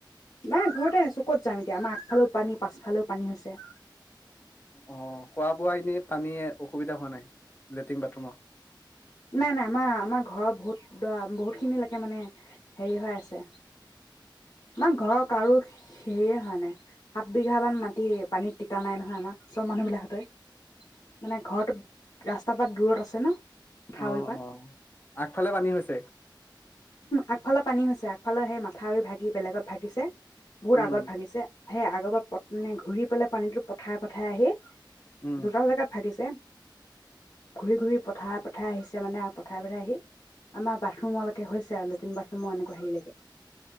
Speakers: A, on the left (about 50°); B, on the left (about 25°).
A: নাই ঘৰতে আছো, ক'ত যাম এতিয়া আমাৰ আগফালেও পানী পাছফালেও পানী হৈছে।
B: অ', খোৱা-বোৱা এনেই পানী অসুবিধা হোৱা নাই লেট্ৰিন বাথৰুমৰ?
A: নাই, নাই আমাৰ আমাৰ ঘৰৰ বহুত দৰা বহুতখিনিলৈকে মানে হেৰি হৈ আছে আমাৰ ঘৰৰত কাৰো সেয়ে হয় নাই, সাত বিঘা মান মাটি পানীত তিতা নাই নহয় আমাৰ চব মানুহ বিলাকতে মানে ঘৰত ৰাস্ত কাবা- দূৰত আছে ন? মথাউৰিৰ
B: অ',
A: পৰা
B: অ, আগফালে পানী হৈছে।
A: আগফালৰ পানী হৈছে, আগফালৰ সেই মাথাউৰি ভাগি বেলেগত ভাগিছে বহুত
B: উম
A: আগত ভাঙিছে। সে আগৰ পৰা পে ঘূৰি পেলাই পানীতো পথাৰে-পথাৰে আহি
B: উম
A: দুটা জেগাত ভাগিছে। ঘুৰি-ঘুৰি পথাৰে-পথাৰে আহিছে মানে, পথাৰে পথাৰে আহি আমাৰ বাথৰুমলৈে হৈছে আৰু লেট্ৰিন-বাথৰুমৰ এনেকুৱা হেৰিলৈকে